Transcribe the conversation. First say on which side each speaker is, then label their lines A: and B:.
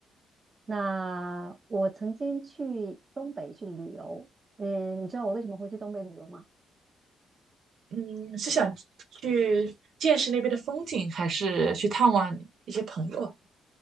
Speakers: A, on the right (about 35°); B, on the right (about 65°).
A: 那我曾经去东北去旅游，嗯，你知道我为什么会去东北旅游吗？
B: 嗯，是想去见识那边的风景，还是去探望一些朋友？